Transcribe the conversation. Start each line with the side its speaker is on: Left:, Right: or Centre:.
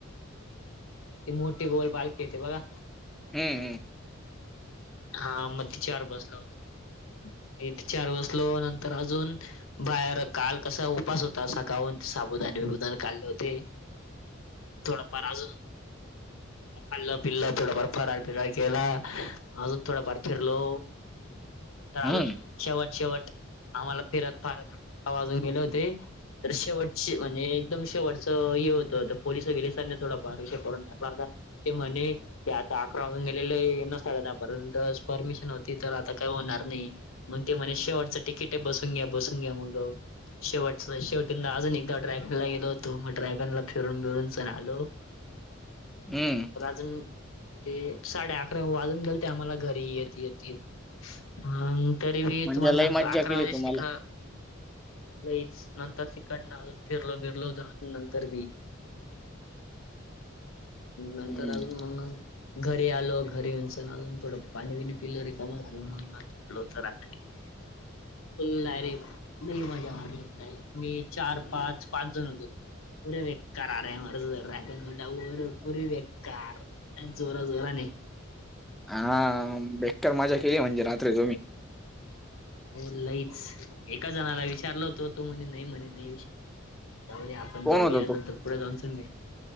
Left: ती मोठी गोल पालखी येते बघा.
Centre: हम्म हम्म.
Left: हा मग तिच्यावर बसलो होतो. इथे चार वर बसलो नंतर अजून. बाहेर काल कसा उपास होता, सकाळून साबुदानी बिबुदाने खाले होते. थोडाफार अजून, खाल्ला पिल्ला थोडं फार फराळ बिराळ केला. अजून थोडं फार फिरलो. नंतर
Centre: हम्म
Left: अजून, शेवट शेवट आम्हांला फिरत फारत आकरा वाजून गेले होते. तर शेवटचे म्हणजे एकदम शेवटचं ये होतं. पोलिस बिलंसानी थोडा पार विषय करून टाकला होता. ते म्हणे, की आता अकरा वाजून गेलेलेय ना साडेदहा पर्यंत परमिशन होती, तर आता काही होणार नाही. मग ते म्हणे शेवटचं तिकीट आहे, बसून घ्या बसून घ्या म्हणलो. शेवटच शेवटी अजून एकदा, ड्रायगन ला गेल होतो मग ड्रॅगनला. फिरून बिरून चण आलो.
Centre: हम्म
Left: तर अजून, म्हणजे साडे अकरा वाजून गेलते, आम्हाला घरी येत येत मगं. तरी बी
Centre: म्हणजे
Left: तुम्हाला
Centre: लय
Left: सांगतो,
Centre: मज्जा
Left: अकरा
Centre: केली
Left: वाजेशी
Centre: तुम्हाला
Left: तिकडं. लईच नंतर तिकडन अजून, फिरलो बिरलो झालं नंतर बी. नंतर
Centre: हम्म
Left: अजून मगं. घरी आलो घरी. येऊ चन थोडं पाणी बिणी पिलं, रिकाम झालो मग. झोपलो होतो रात्री, फुल डायरेक्ट. नाही माझ्या मारत नाही, मी चार पाच पाच जण होतो. पुरे व्य <unintelligible> पुरी बेंकार आणि जोराजोराने.
Centre: हा बेकार मजा केली म्हणजे रात्री तुम्ही.
Left: हो लईच एका जणाला विचारल होत. तो म्हणे नाही म्हणे नाही येऊ शकत. जाऊया आपण
Centre: कोण
Left: जाऊया,
Centre: होता तो
Left: नंतर पुढे जाऊन मी